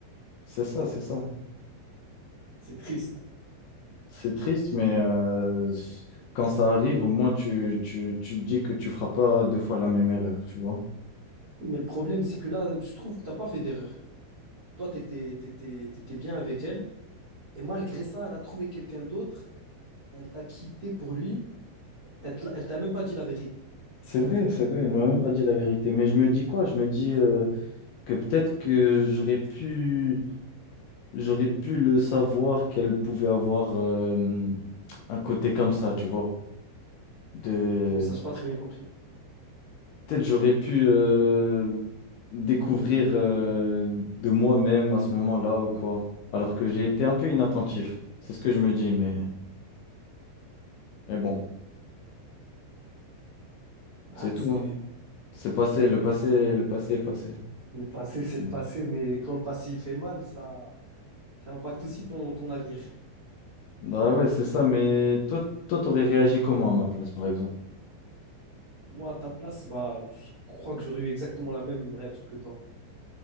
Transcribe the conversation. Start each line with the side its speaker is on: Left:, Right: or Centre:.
Left: C'est ça, c'est ça.
Right: C'est triste.
Left: c'est triste, mais euh, quand ça arrive, au moins tu, tu, tu te dis que tu feras pas deux fois la même erreur, tu vois.
Right: Mais le problème, c'est que là, je trouve que t'as pas fait d'erreur. Toi, t'étais, t'étais, t'étais bien avec elle. Et malgré ça, elle a trouvé quelqu'un d'autre, elle t'a quitté pour lui, elle te l'a- elle t'a même pas dit la vérité.
Left: C'est vrai, c'est vrai, elle m'a même pas dit la vérité. Mais je me dis quoi? Je me dis euh, que peut-être que j'aurais pu, j'aurais pu le savoir qu'elle pouvait avoir euh, un côté comme ça, tu vois. De...
Right: Comment ça, j'ai pas très bien compris.
Left: Peut-être j'aurais pu euh, découvrir euh, de moi-même à ce moment-là ou quoi. Alors que j'ai été un peu inattentif. C'est ce que je me dis, mais... Mais bon,
Right: Ah,
Left: c'est tout,
Right: c'est
Left: hein. C'est passé, le passé, le passé est passé.
Right: le passé, c'est
Left: comme
Right: le passé,
Left: on dit.
Right: mais quand le passé il fait mal, ça, ça impacte aussi ton, ton avenir.
Left: Bah ouais, c'est ça, mais toi, toi, t'aurais réagi comment à ma place, par exemple?
Right: Moi, à ta place, bah, je crois que j'aurais eu exactement la même réaction que toi.